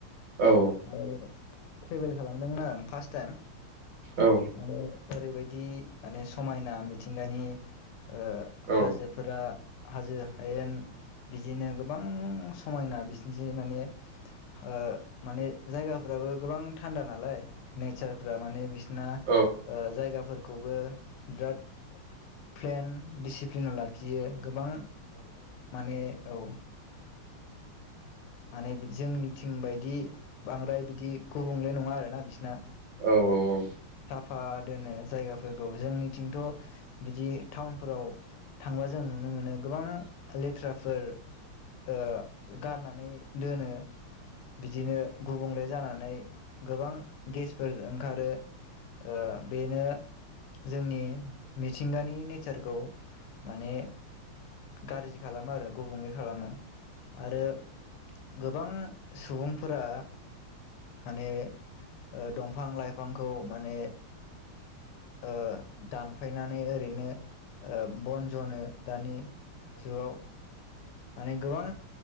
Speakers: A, on the right (about 60°); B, on the left (about 85°).
A: औ
B: <unintelligible> ट्रेभेल खालामदोंमोन आं फार्स्ट टाइम।
A: औ।
B: माने ओरैबायदि माने समायना मिथिंगानि‌। ओ
A: औ
B: हाजोफोरा हाजो हायेन बिदिनो गोबां समायना बिसनिस माने ओ माने जायगाफ्राबो गोबां थान्दा नालाय नेचारफ्रा माने बिसोरना ओ
A: औ
B: जायगाफोर खौबो बिराद प्लेन डिसिप्लिनाव लाखियो गोबां‌ माने औ माने जोंनिथिं बायदि बांद्राय बिदि गुबुंले नङा आरोना बिसना।
A: औ औ औ।
B: ओ दोनो जायगाफोरखौ जोंनिथिंथ' बिदि टाउनफोराव थांबा जों नुनो मोनो गोबां लेथ्राफोर ओ गारनानै दोनो बिदिनो गुबुंले जानानै गोबां गेसफोर ओंखारो ओ बेनो जोंनि मिथिंगानि नेचारखौ माने गारजि खालामो आरो गुबुंले खालामो आरो गो बां सुबुंफोरा माने ओ दंफां लाइफांखौ माने ओ दानफायनानै ओरैनो ओ बन जनो दानि जुगाव माने गोबां